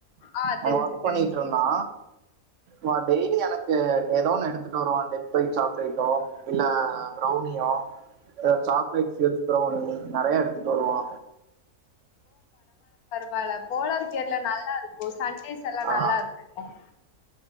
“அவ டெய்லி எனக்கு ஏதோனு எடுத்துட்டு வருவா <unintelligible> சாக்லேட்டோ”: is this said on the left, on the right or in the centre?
Right